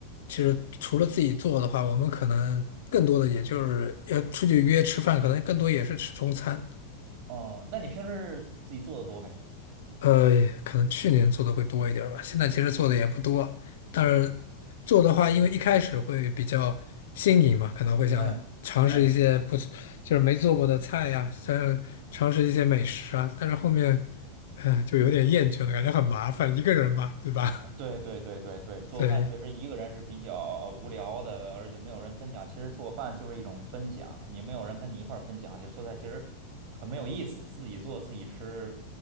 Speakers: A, on the left; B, on the right.
A: 其实除了自己做的话，我们可能更多的也就是要出去约吃饭，可能更多也是吃中餐。
B: 哦，那你平时自己做的多呗？
A: 呃，可能去年做的会多一点儿吧，现在其实做的也不多，但是做的话，因为一开始会比较新颖嘛，可能会想尝试一些不，
B: 嗯嗯，
A: 就是没做过的菜呀，想尝试一些美食啊，但是后面，呃，就有点厌倦了，感觉很麻烦，一个人嘛，对吧？
B: 对对对对对，做饭确实一个人是比较呃无聊的，
A: <laughs> 对，
B: 而且没有人分享。其实做饭就是一种分享，你没有人跟你一块儿分享，就做菜其实很没有意思。自己做自己吃，